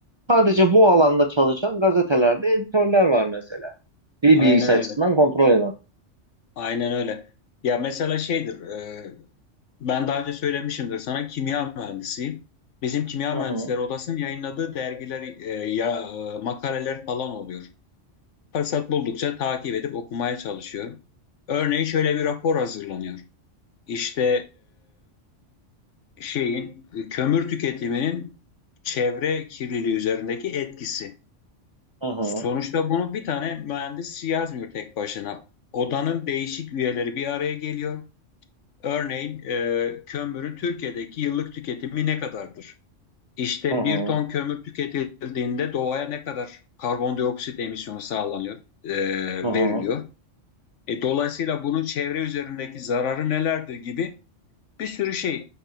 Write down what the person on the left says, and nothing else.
Aynen
öyle.
Aynen öyle. Ya mesela şeydir, e, ben daha önce söylemişimdir sana kimya mühendisiyim. Bizim kimya
mühendisleri
odasının yayınladığı dergiler, e, ya e, makaleler falan oluyor. Fırsat buldukça takip edip okumaya çalışıyorum. Örneğin şöyle bir rapor hazırlanıyor. İşte e, şeyin e, kömür tüketiminin çevre kirliliği üzerindeki etkisi.
Sonuçta bunu bir tane mühendis yazmıyor tek başına. Odanın değişik üyeleri bir araya geliyor. Örneğin e, kömürün Türkiye'deki yıllık tüketimi ne kadardır? İşte
bir ton kömür tüketildiğinde doğaya ne kadar karbondioksit emisyonu sağlanıyor, e,
veriliyor? E, dolayısıyla bunun çevre üzerindeki zararı nelerdir gibi bir sürü şey